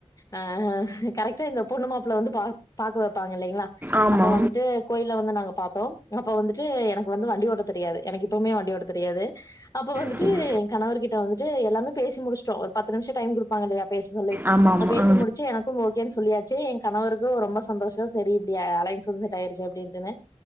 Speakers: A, on the left; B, on the right.
A: ஆ கரெக்டா இந்த பொண்ணு மாப்பிள வந்து பா பாக்க வப்பாங்க இல்லை ங்களா
B: ஆமா
A: அப்ப வந்துட்டு கோயில வந்து நாங்க பாத்தோ அப்ப வந்துட்டு எனக்கு வந்து வண்டி ஓட்ட தெரியாது எனக்கு இப்பவுமே வண்டி ஓட்ட தெரியாது அப்ப வந்துட்டு
B: சரி
A: எ கணவர்கிட் ட்ட வந்துட்டு எல்லாமே பேசி முடிச்சிடோ ஒரு பத்து நிமிஷோ டைம் குடுப்பாங்க இல்லையா பேச சொல்லி
B: ஆமா ஆமா
A: பேசி
B: ஆ
A: முடிச்சி எனக்கு ஓகேன் சொ சொல்லியா ச்சே எ கணவருக்கு ரொம்ப சந்தோஷோ சேரி இப்பிடி அலைன்ஸ் வந்து செட் ஆயிருச்சி அப்பிடின்டுனே